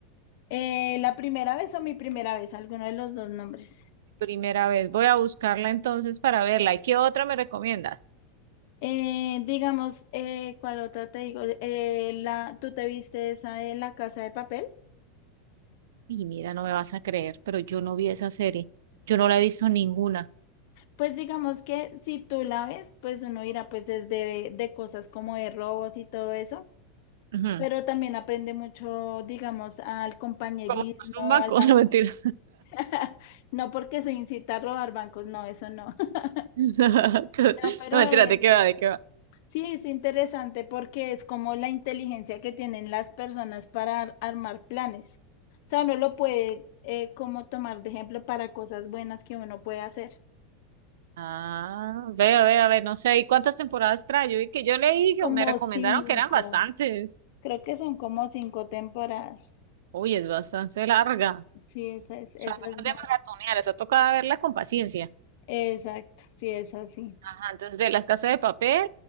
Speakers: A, on the left; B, on the right.
A: Eh, la primera vez o mi primera vez, alguno de los dos nombres.
B: Primera vez. Voy a buscarla entonces para verla. ¿Y qué otra me recomiendas?
A: Eh, digamos, eh, ¿cuál otra te digo? Eh, la, ¿tú te viste esa de La Casa de Papel?
B: Y mira, no me vas a creer, pero yo no vi esa serie. Yo no la he visto ninguna.
A: Pues digamos que si tú la ves, pues uno irá pues desde de cosas como de robos y todo eso,
B: Ujú.
A: pero también aprende mucho, digamos, al compañerismo,
B: Como tomar un maco,
A: a la...
B: <laughs> no mentira.
A: <laughs> No porque se incita a robar bancos, no, eso no. <laughs>
B: <laughs>
A: No, pero
B: No mentira,
A: es,
B: ¿de qué va? ¿De qué va?
A: sí, es interesante porque es como la inteligencia que tienen las personas para ar- armar planes. O sea, uno lo puede eh, como tomar de ejemplo para cosas buenas que uno puede hacer.
B: Ah, veo, veo, a ver, no sé. ¿Y cuántas temporadas trae? Yo vi que yo leí que
A: Como
B: me recomendaron
A: cinco,
B: que eran bastantes.
A: creo que son como cinco temporadas.
B: Uy, es bastante larga.
A: Sí, esa es, esa
B: O sea, esa no
A: es
B: es
A: buena.
B: de maratonear, esa toca verla con paciencia.
A: Exacto, sí, es así
B: Ajá, entonces ve Las Casas de Papel.